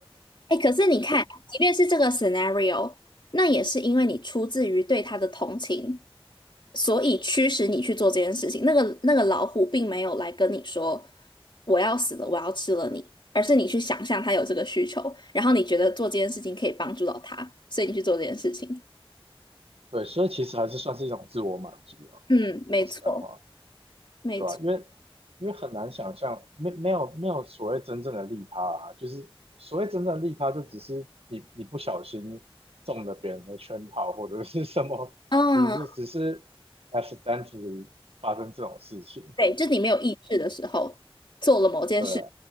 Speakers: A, on the left (about 55°); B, on the right (about 75°).
A: 哎，可是你看，即便是这个 scenario，那也是因为你出自于对他的同情。所以驱使你去做这件事情。那个那个老虎并没有来跟你说我要死了，我要吃了你，而是你去想象它有这个需求，然后你觉得做这件事情可以帮助到它，所以你去做这件事情。
B: <laughs> 对，所以其实还是算是一种自我满足了、
A: 嗯，没错，
B: 说实在话。
A: 没错。
B: 对吧？因为因为很难想象，没没有没有所谓真正的利他啊，就是所谓真正的利他，就只是你你不小心中了别人的圈套或者是什么，
A: 啊，
B: 你是只是 accidentally 发生这种事情，
A: 对，就是你没有意志的时候做了某件事。
B: 对啊，